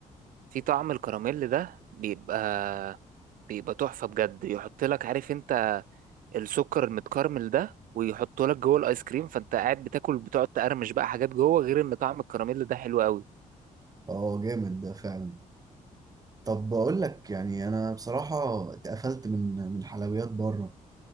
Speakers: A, on the right; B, on the right.
A: في طعم الكراميل ده بيبقى بيبقى تحفة بجد يحط لك عارف انت السكر المتكرمل ده ويحطه لك جوه الايس كريم فانت قاعد بتاكل بتقعد تقرمش بقى حاجات جوه غير ان طعم الكراميل ده حلو قوي
B: اه جامد ده فعلا طب بقول لك يعني انا بصراحة اتقفلت من من حلويات بره